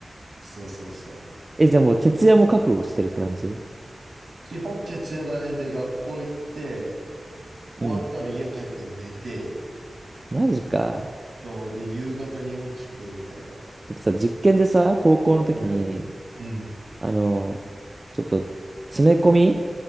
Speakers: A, on the right; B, on the right.
A: そうそうそう。
B: え、じゃあもう徹夜も覚悟してるって感じ
A: 基本徹夜だね。で、学校行って、終わったら家帰って寝て、
B: うん。マジか。
A: そう、で、夕方に起きて、みたいな。
B: 僕さ、実験でさ、高校の時に、
A: うん。うん。
B: あの、ちょっと、詰め込み